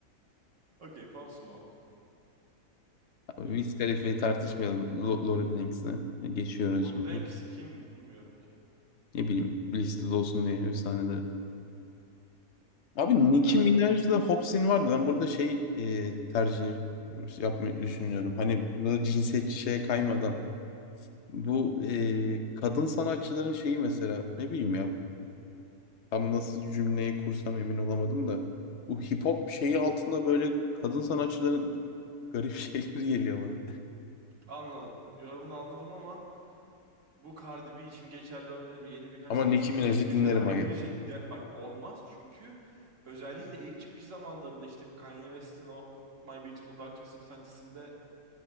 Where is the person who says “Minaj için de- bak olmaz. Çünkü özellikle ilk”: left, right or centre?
Right